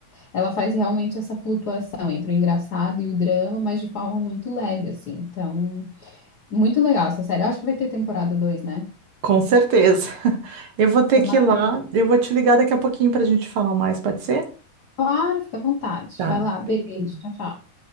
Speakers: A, on the left (about 80°); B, on the right (about 60°).
A: ela faz realmente essa flutuação entre o engraçado e o drama, mas de forma muito leve, assim. Então, muito legal essa série. Acho que vai ter temporada 2, né?
B: com certeza. <laughs> Eu vou ter
A: Tomara,
B: que ir lá,
A: né?
B: eu vou te ligar daqui a pouquinho pra gente falar mais, pode ser?
A: Claro, fica à vontade.
B: Tá.
A: Vai lá, beijo,
B: Beijinho.
A: tchau, tchau.